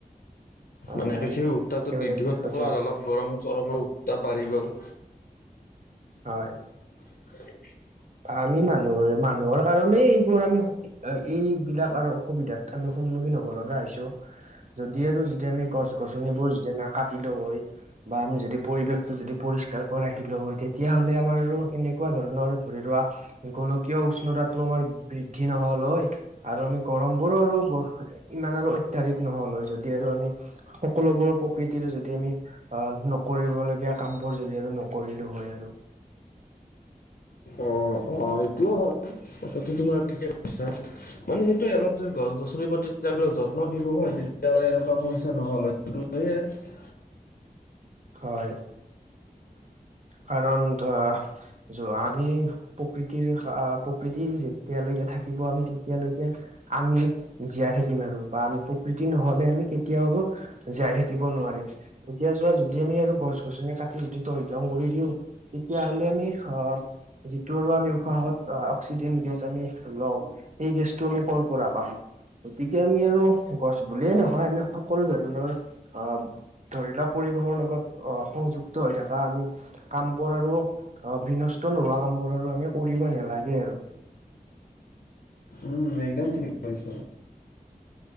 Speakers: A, on the right; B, on the left.
A: হয়
B: মানে
A: হয়
B: পৃথিৱীৰ উত্তাপটো
A: একেবাৰে
B: বৃদ্ধি
A: ঠিক
B: হোৱাৰ
A: কথা
B: ফলত অলপ গৰম চৰমৰ উত্তাপ বাঢ়ি গ'ল।
A: হয়।
B: <unintelligible>
A: আমি মানুহ হৈ মানুহৰ কাৰণেই এইবোৰ আমি এইবিলাক আৰু অসুবিধাত আমি সন্মুখীন হ'ব লগা হৈছোঁ যদি আৰু যদি আমি গছ -গছনিবোৰ যেতিয়া নাকাটিলো হয় বা আমি যদি পৰিৱেশ টো যদি পৰিস্কাৰকৈ ৰাখিলো হয় তেতিয়া হ'লে আমাৰ আৰু এনেকুৱা ধৰণ নৰ ধৰি ৰোৱা গোলকীয় উষ্ণতাটো আমাৰ বৃদ্ধি নহ'ল হয় আৰু আমি গৰম বোৰো আৰু বৰ ইমান আৰু অত্যাধিক নহ'ল হয় যদি আৰু আমি সকলোবোৰ প্ৰকৃতিৰ যদি আমি আহ, নকৰিবলগীয়া কাম বোৰ যদি আৰু নকৰিলোঁ হয় আৰু।
B: অ', অ', এইটোও হয় কথাটো তোমাৰ ঠিকে কৈছা। মানে সেইটোৱে অলপ যদি গছ -গছনিৰ প্ৰতি অলপ যেতিয়া যত্ন দিলো হয় তেতিয়া মানে এনেকুৱা সমস্যা নহ' ল হয়। <unintelligible>
A: হয় কাৰণ ধৰা যোৱা আমি প্ৰকৃতিৰ খা প্ৰকৃতি যেতিয়ালৈকে থাকিব আমি তেতিয়ালৈকে আমি জীয়াই থাকিম আৰু বা আমি প্ৰকৃতি নহলে আমি কেতিয়াও টো জীয়াই থাকি থাকিব নোৱাৰিম এতিয়া যোৱা যদি আমি আৰু গছ -গছনি কাটি যদি তহিলং কৰি দিওঁ তেতিয়াহ'লে আমি আহ যিটো আৰু আমি উশাহত অহ, অক্সিজেন গেছ আমি লওঁ এই গেছটো আমি কৰ পৰা পাম? গতিকে আমি আৰু গছ বুলিয়ে নহয় আমি সকলো ধৰণৰ অ ধৰি লোৱা পৰিৱেশৰ লগত অ, সংযুক্ত হৈ থকা আমি কাম বোৰ আৰু অ, বিনষ্ট নোহোৱা কাম বোৰ আৰু আমি কৰিবই নালাগে আৰু।
B: উম, একদম ঠিক কৈছ।